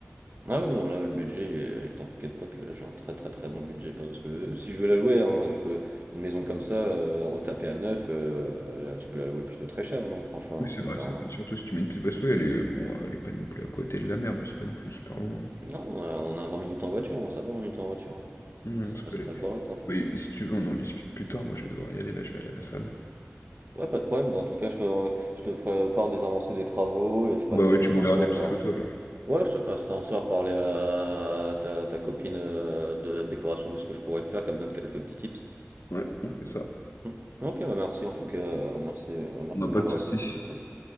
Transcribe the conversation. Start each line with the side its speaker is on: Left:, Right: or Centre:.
Right: Ah oui, bon, là, le budget, euh, t'inquiète pas que là, j'ai un très très très bon budget. Parce que euh, si je veux la louer, hein, je peux, une maison comme ça, euh, retapée à neuf, euh, là, tu peux la louer plutôt très cher, hein, franchement.
Left: Oui,
Right: Tu
Left: c'est
Right: peux
Left: vrai,
Right: te faire
Left: c'est
Right: un.
Left: vrai. Surtout si tu mets une petite basse elle est, bon, elle est pas non plus à côté de la mer, mais c'est pas non plus super loin. hein.
Right: Non, euh, on a 20 minutes en voiture, hein, ça va, 20 minutes en voiture. hein.
Left: Non,
Right: Ça
Left: ça
Right: reste
Left: peut aller.
Right: très correct, hein, franchement.
Left: Bah, et- et si tu veux, on en discute plus tard. Moi, je vais devoir y aller, là, je vais aller à la salle.
Right: Ouais, pas de problème. Bah, en tout cas, je te, je te ferai part des avancées des travaux et je passerai
Left: Bah ouais, tu
Right: peut-être
Left: m'enverras
Right: un soir
Left: des petites
Right: par.
Left: photos alors.
Right: Ouais, je te passerai un soir parler à ta, ta copine euh, de la décoration de ce que je pourrais faire, comme donne quelques petits tips.
Left: Ouais, on fait ça.
Right: Mm. Ok, bah merci en tout cas, euh, merci, euh, merci
Left: On Moi, pas
Right: de m'avoir
Left: de souci.
Right: écouté, c'est cool.